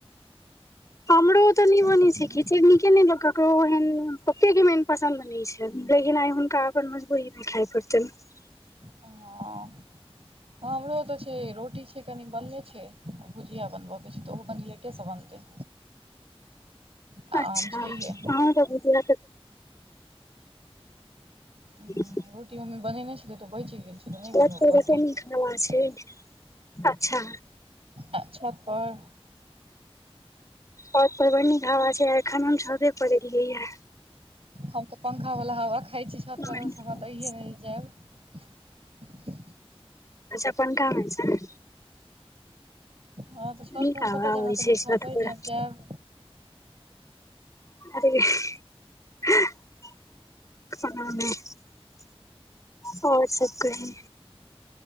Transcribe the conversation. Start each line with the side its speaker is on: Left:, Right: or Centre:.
Left: हमरो ओ तऽ नहि बनय
Right: पसन्द
Left: छैय खिचैड़
Right: छै।
Left: नीके ने लो ककरो ओहेन पप्पेके मेन पसन्द नहि छैन्ह लेकिन आइ हुनका अपन मजबूरी मे खाय पड़तनि।
Right: हँ
Left: <unintelligible>
Right: हमरो तऽ छैय रोटी छैय कनि बनले छैय भुजिया बनबऽ के छैय तऽ ओहो कनि लेटेसँ बनतै। आ
Left: अच्छा
Right: आम छैहे
Left: अहाँ तऽ भुजिया
Right: हँ
Left: <inaudible>
Right: रोटी मम्मी बनेने छलय तऽ ओ बचि गेल छैय तऽ नहि
Left: पर
Right: बनबऽ
Left: कते
Right: पड़तै।
Left: नीक हवा छै अच्छा
Right: आ छत पर।
Left: छत पर बड़ नीक हावा छैय आ एखन हम छते पर एलियै ये।
Right: हम तऽ पंखा वाला हवा खाय छी
Left: ये
Right: छत कत स हमरा तऽ अहिये ने जे जायब।
Left: अच्छा पंखा मे छैं।
Right: हँ तऽ छत
Left: नीक
Right: पर हम
Left: हावा
Right: कतऽ
Left: आबै
Right: जायब हमरा कोनो
Left: छैय छत
Right: अइ
Left: पर।
Right: जे हम जायब
Left: अरे अंह ऐसा गाना दो। आओर सब कही?